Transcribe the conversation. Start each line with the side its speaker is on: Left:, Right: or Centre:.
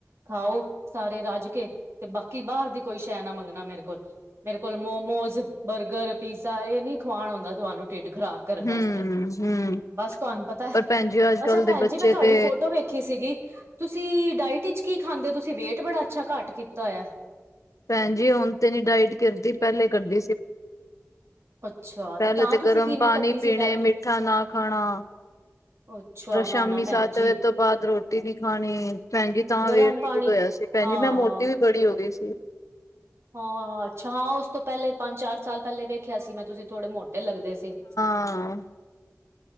Right: ਖਾਓ ਸਾਰੇ ਰੱਜ ਕੇ, ਤੇ ਬਾਕੀ ਬਾਹਰ ਦੀ ਕੋਈ ਸ਼ੈ ਨਾ ਮੰਗਣਾ ਮੇਰੇ ਕੋਲ। ਮੇਰੇ ਕੋਲ ਮੋਮੋਜ, ਬਰਗਰ, ਪੀਜ਼ਾ ਇਹ ਨੀ ਖਵਾਣ ਹੁਂਦਾ, ਤੁਆਨੂੰ ਟਿੱਡ ਖ਼ਰਾਬ ਕਰਨ
Left: ਹੂੰ
Right: ਆਸਤੇ
Left: ਹੂੰ
Right: ਬਸ ਤੁਹਾਨੂੰ ਪਤਾ।
Left: ਪਰ ਭੈਣ ਜੀ ਅੱਜ
Right: ਅੱਛਾ
Left: ਕੱਲ
Right: ਭੈਣ
Left: ਦੇ ਬੱਚੇ
Right: ਜੀ, ਮੈਂ ਤੁਆਡੀ
Left: ਤੇ
Right: ਫੋਟੋ ਵੇਖ ਖੀ ਸੀਗੀ। ਤੁਸੀਂ ਡਾਇਟ ਚ ਕੀ ਖਾਂਦੇ ਓ? ਤੁਸੀਂ ਵੇਟ ਬੜਾ ਅੱਛਾ ਘੱਟ ਕੀਤਾ ਹੋਈਆ।
Left: ਭੈਣ ਜੀ, ਹੁਣ ਤੇ ਨਹੀਂ ਡਾਇਟ ਕਰਦੀ, ਪਹਿਲੇ ਕਰਦੀ ਸੀ।
Right: ਅੱਛਾ
Left: ਪੈਲੇ
Right: ਤਾਂ
Left: ਤੇ
Right: ਤੁਸੀਂ
Left: ਗਰਮ
Right: ਕਿਵੇਂ
Left: ਪਾਣੀ
Right: ਕੱਤੀ ਸੀ
Left: ਪੀਣੇ।
Right: ਡਾਇਟ
Left: ਮਿੱਠਾ ਨਾ ਖਾਣਾ।
Right: ਅੱਛਾ ਨਾ
Left: ਸ਼ਾਮੀ
Right: ਨਾ ਭੈਣ
Left: ਸੱਤ
Right: ਜੀ
Left: ਵਜੇ ਤੋਂ ਬਾਦ ਰੋਟੀ ਨੀ ਖਾਣੀ। ਭੈਣ ਜੀ, ਤਾਂ
Right: ਗਰਮ
Left: ਵੇਟ
Right: ਪਾਣੀ
Left: ਲੁਜ ਹੋਯਾ ਸੀ। ਭੈਣ
Right: ਹਾਂ
Left: ਜੀ, ਮੈਂ ਮੋਟੀ ਵੀ ਬੜੀ ਹੋ ਗਈ ਸੀ।
Right: ਹਾਂ ਅੱਛਾ ਆਂ ਉਸ ਤੋਂ ਪੈਲੇ ਪੰਜ-ਚਾਰ ਸਾਲ ਪੈਲੇ ਵੇਖਿਆ ਸੀ ਮੈਂ ਤੁਸੀਂ ਥੋੜੇ ਮੋਟੇ ਲੱਗਦੇ ਸੀ।
Left: ਹਾਂ।